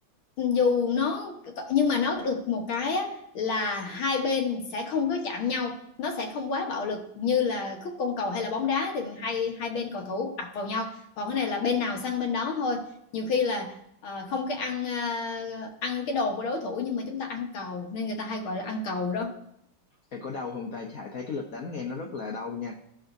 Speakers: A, on the left; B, on the left.
A: dù nó nhưng mà nó được một cái á, là hai bên sẽ không có chạm nhau nó sẽ không quá bạo lực như là khúc côn cầu hay là bóng đá thì hai hai bên cầu thủ ập vào nhau còn cái này là bên nào săn bên đó thôi nhiều khi là ờ, không cái ăn ờ, ăn cái đồ của đối thủ nhưng mà chúng ta ăn cầu nên người ta hay gọi là ăn cầu đó.
B: Hải có đau không ta chứ Hải thấy cái lực đánh nghe nó rất là đau nha